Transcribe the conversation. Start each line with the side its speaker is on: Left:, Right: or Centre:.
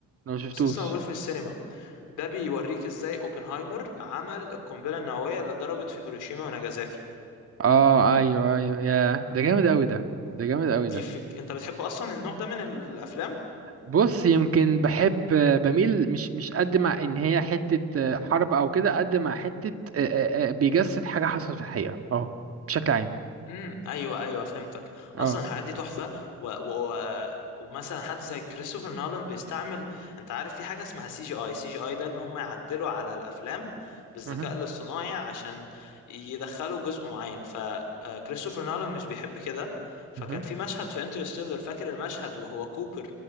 Right: انا ما شفتوش
Left: بس لسه موجود في السينما ده بيوريك ازاي اوبنهايمر عمل القنبلة النووية اللي اتضربت في هيروشيما وناجازاكي
Right: اه ايوه ايوه ياه ده جامد قوي ده ده جامد
Left: دي
Right: قوي ده
Left: فك... انت بتحب اصلا النوع ده من الافلام
Right: بص يمكن بحب بميل مش مش قد مع ان هي حتة آه، حرب او كده قد مع حتة آه، آه، آه، بيجسد حاجة حصلت في الحقيقة اه بشكل عام
Left: امم ايوه ايوه فهمتك
Right: اه
Left: اصلا الحاجات دي تحفه و... و... و- ومثلا حد زي كريستوفر نولان بيستعمل انت عارف في حاجه اسمها سي جي اي سي جي اي ده ان هم يعدلوا على الافلام بالذكاء
Right: مهم.
Left: الاصطناعي عشان يدخلوا جزء معين فكريستوفر نولان مش بيحب كده فكان
Right: مهم.
Left: في مشهد في انترستيلر فاكر المشهد وهو كوبر